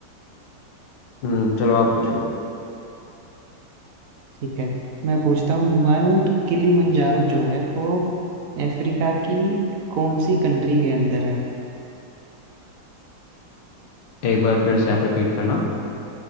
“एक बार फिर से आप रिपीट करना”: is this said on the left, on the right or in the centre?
Left